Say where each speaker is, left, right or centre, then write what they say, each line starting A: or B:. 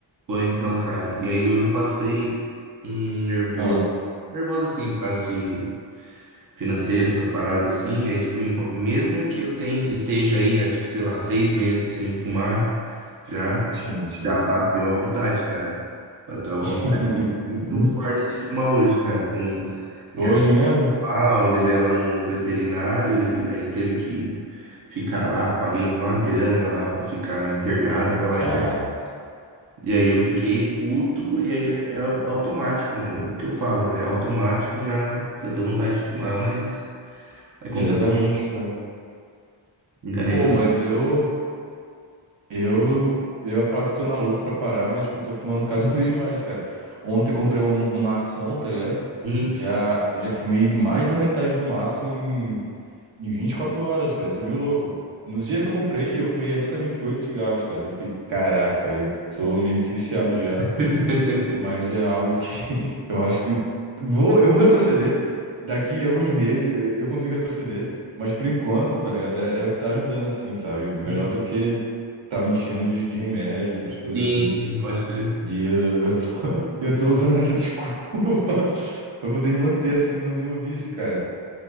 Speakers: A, on the right (about 45°); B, on the right (about 75°).
A: Foi então, cara. E aí hoje eu passei um nervoso,
B: Ah,
A: nervoso assim, por causa de financeiro, essas paradas assim. E aí, tipo, embo- mesmo que eu tenha, esteja aí há, tipo, sei lá, seis meses sem fumar, já,
B: sim, sim.
A: já bateu a vontade, cara. Bateu a vontade
B: <laughs>
A: muito forte de fumar hoje, cara. Com minha
B: Hoje mesmo?
A: pau, eu levei ela no veterinário e aí teve que ficar lá. Paguei uma grana lá pra ficar internada. Tá lá
B: Caraca.
A: e aí eu fiquei puto, e aí é au- automático, mano. É O que eu falo, é automático, já, já deu vontade de fumar, mas. Aí
B: Exatamente,
A: comprei,
B: cara.
A: enganei
B: Pô,
A: meu
B: mas
A: cérebro.
B: eu, eu, eu ia falar que eu tô na luta pra parar, mas, tipo, eu tô fumando cada <laughs> vez mais, cara. Ontem eu comprei um, um mação, tá ligado?
A: Uhum.
B: Já, já fumei mais da metade do maço em, em 24 horas, cara. Isso é meio louco. No dia que eu comprei, eu fumei exatamente 8 cigarros, cara. Daí eu fiquei, caraca, eu tô meio que viciado já.
A: <laughs>
B: Mas é algo que <laughs> eu acho que vou, eu vou retroceder. Daqui a alguns meses eh, eu consigo retroceder, mas por enquanto, tá ligado? É, é o que tá ajudando, assim, sabe? Melhor
A: Uhum.
B: do que tá me enchendo de, de remédio, de outras coisas
A: Sim,
B: assim.
A: sim, pode crer.
B: E eu, eu tô, <laughs> eu tô usando essa desculpa <laughs> pra poder me manter, assim, no, no vício, cara.